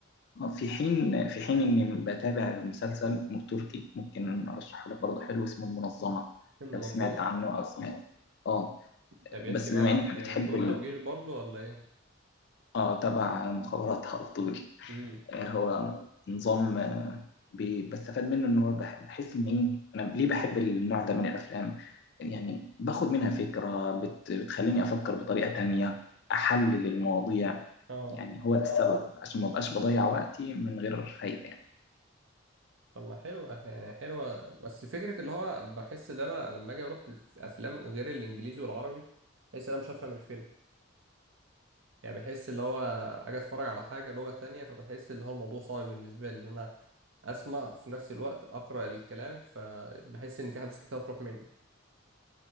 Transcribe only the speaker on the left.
في حين في حين اني بتابع مسلسل تركي ممكن ارشحه لك برضه حلو اسمه المنظمة
لو سمعت عنه او سمعت اه
بس
بما
انك بتحب
ال...
اه تبع مخابرات على طول
آه، هو نظام بي- بستفاد منه ان هو بح- بحس ان ايه انا ليه بحب النوع ده من الافلام يعني باخد منها فكرة بت بتخليني افكر بطريقة تانية احلل المواضيع
يعني هو ده السبب عشان ما بقاش بضيع وقتي من غير فايدة يعني